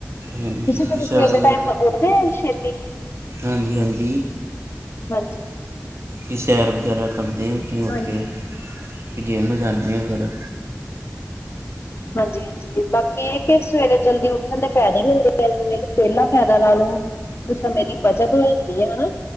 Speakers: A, on the right; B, on the left.
A: ਹਾਂਜੀ
B: ਤੁਸੀਂ ਕਦੇ
A: ਕਿ ਸੈਰ
B: ਸਵੇਰ ਦੇ ਟਾਇਮ ਉੱਠਦੇ ਹੋ ਛੇਤੀ?
A: ਹਾਂਜੀ-ਹਾਂਜੀ।
B: ਹਾਂਜੀ।
A: ਕਿ ਸੈਰ ਵਗੈਰਾ ਕਰਦੇ ਆ ਛੇਤੀ ਉੱਠ
B: ਹਾਂਜੀ
A: ਕੇ, ਫੇਰ ਜਿੰਮ ਜਾਂਦੇ ਹਾਂ ਫੇਰ।
B: ਹਾਂਜੀ-ਹਾਂਜੀ ਬਾਕੀ ਇਹ ਕਿ ਸਵੇਰੇ ਜਲਦੀ ਉੱਠਣ ਦੇ ਫਾਇਦੇ ਵੀ ਹੁੰਦੇ ਆ ਜਿਵੇਂ ਕਿ ਪਹਿਲਾ ਫਾਇਦਾ ਲਾ ਲਓ ਸਮੇ ਦੀ ਬੱਚਤ ਹੋ ਜਾਂਦੀ ਹੈ ਹਨਾ,